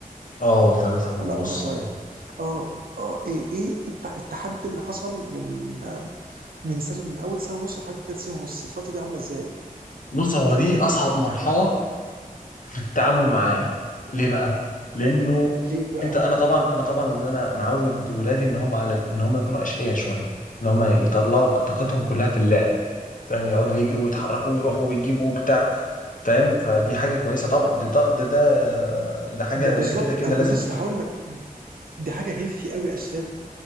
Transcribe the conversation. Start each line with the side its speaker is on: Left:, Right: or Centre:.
Left: اه ثلاثة
Right: ولا
Left: ونص
Right: اقوى شويه
Left: اهو
Right: اه اه ايه ايه الت- التحدي اللي حصل من من سنه من اول سنه ونص لحد ثلاث سنين ونص الفتره دي عامله ازاي
Left: بص هو دي أصعب مرحلة التعامل معاه ليه بقى لانه
Right: ليه بقى
Left: انت انا طبعا انا طبعا ان انا معود ولادي ان هم على ان هم يكونوا اشقياء شويه ان هم يطلعوا طاقتهم
Right: مم.
Left: كلها في اللعب فاهم يقعدوا يجروا ويتحركوا ويروحوا ويجيبوا وبتاع فاهم فدي حاجه كويسه طبعا دي ده ده ده, ده حاجه
Right: ب- بالظبط
Left: كده كده
Right: انا
Left: لازم
Right: كنت لسه
Left: ت-
Right: هقول لك دي حاجه هيلثي قوي اساسا